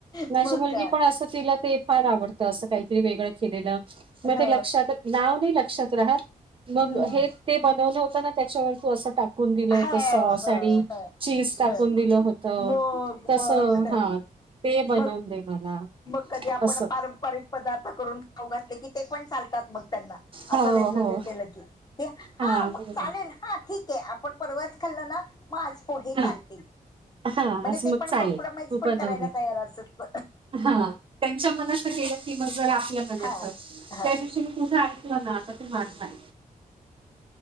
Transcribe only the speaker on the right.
माझी मुलगी
पण असं तिला ते फार आवडतं असं काहीतरी वेगळं केलेलं म मग
ते लक्षात नाव नाही लक्षात राहात मग
हे ते बनवलं होतं ना त्याच्यावर तू असं टाकून दिलं
होतं सॉस
आणि
चीज टाकून
दिलं होत
तस
हा ते बनवून
दे मला
असं.
हो,
हो.
हां,
बरोबर.
हां,
हां,
असं
मग
चालेल.
तू
बनव
दे.
त्यांच्या मनाच केलं की मग जरा आपल्या मनाच
त्या दिवशी मी कुठं ना आता तर माझं हाय